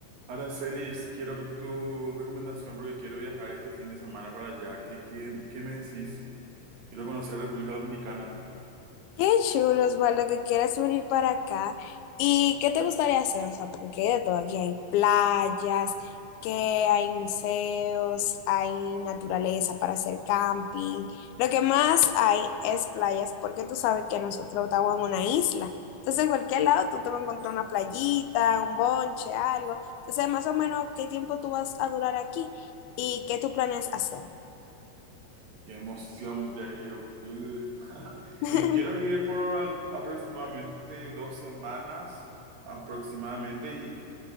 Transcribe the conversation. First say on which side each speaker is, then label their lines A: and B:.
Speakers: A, on the right; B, on the left.
A: Aracelis, quiero tu recomendación porque quiero viajar este fin de semana para allá. ¿Qué, qué, qué me decís? Quiero conocer República Dominicana.
B: Qué chulo, Osvaldo, que quieras venir para acá. ¿Y qué te gustaría hacer? O sea, porque aquí hay de todo. Aquí hay playas, que hay museos, hay naturaleza para hacer camping. Lo que más hay es playas, porque tú sabes que nosotros estamos en una isla. Entonces, en cualquier lado tú te vas a encontrar una playita, un bonche, algo. Entonces, más o menos, ¿qué tiempo tú vas a durar aquí y qué tú planeas hacer?
A: Qué emoción, ya quiero ir. <laughs>
B: <laughs>
A: Y quiero ir por al- aproximadamente dos semanas, aproximadamente. Y